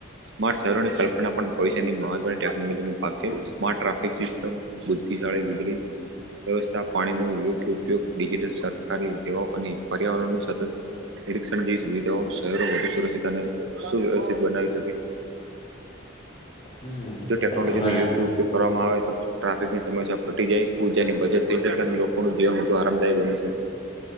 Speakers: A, on the right; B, on the left.
A: સ્માર્ટ સરળ કલ્પના પણ પૈસાની મહત્વની ટેકનોલોજી નો ભાગ છે, સ્માર્ટ ટ્રાફિક સિસ્ટમ બુદ્ધિશાળી વીજળી વ્યવસ્થા પાણીનો યોગ્ય ઉપયોગ ડિજિટલ સરકારી સેવાઓ અને પર્યાવરણ નો સતત. નિરીક્ષણ જેવી સુવિધાઓ શહેરો વધુ સુરક્ષિત અને સુવ્યવસ્થિત બનાવી શકે છે.
B: હમ
A: જો ટેકનોલોજી
B: વાત તમારા
A: નો યોગ્ય ઉપયોગ કરવામાં આવે તો. ટ્રાફિકની સમસ્યા ઘટી જાય ઊર્જાની બચત થઈ શકે અને લોકોનું જીવન વધુ આરામદાયી બની શકે.